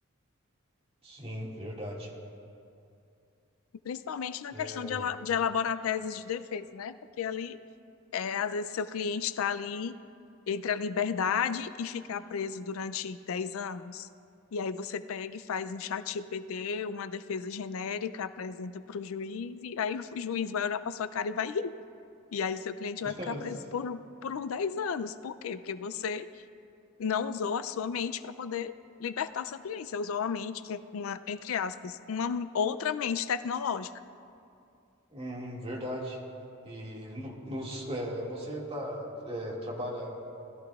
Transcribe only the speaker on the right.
Sim, verdade.
É...
<laughs>
hum, verdade. E no- nos, eh, você tá eh, trabalha